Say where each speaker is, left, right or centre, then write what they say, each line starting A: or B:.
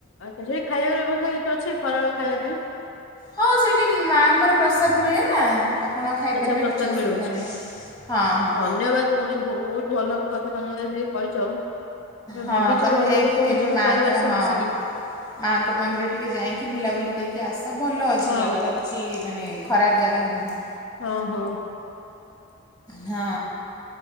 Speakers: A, on the left (about 75°); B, on the left (about 20°).
A: ଆଚ୍ଛା ସେଠି ଖାଇବାର ବ୍ୟବସ୍ଥା କିଛି ଅଛି ଖରାବେଳ ଖାଇବା ପାଇଁ?
B: ହଁ ସେଇଠି ମାଙ୍କର ପ୍ରସାଦ ମିଳେ ନା ଆପ ଆପଣ ଖାଇପାରିବେ
A: ଆଚ୍ଛା ପ୍ରସାଦ
B: କିଛି ଅସୁବିଧା
A: ମିଳୁଛି
B: ନାହିଁ ହଁ ହଁ।
A: ଧନ୍ୟବାଦ ଭଉଣୀ ବହୁତ ଭଲ କଥା ତମେ ମତେ ଆଯି କହିଚ। ଆମେ
B: ହଁ
A: ଭାବିଚୁ
B: ତୁମେ
A: ଘର
B: ଯାଇକି
A: ଲୋକ ସବୁ
B: କେବେ
A: ଯିବୁ
B: ମାଆଙ୍କ
A: ପରିବାର ସହ
B: ହଁ
A: ମିଶିକି।
B: ମାଆଙ୍କ ମନ୍ଦିର ଟିକେ ଯାଇଁକି ବୁଲାବୁଲି କରିକି କି ଆସ ଭଲ ଅଛି
A: ହଁ
B: ଜାଗାଟା କିଛି ମାନେ ଖରାପ ଜାଗା ନୁହଁ।
A: ଓହୋ।
B: ହଁ।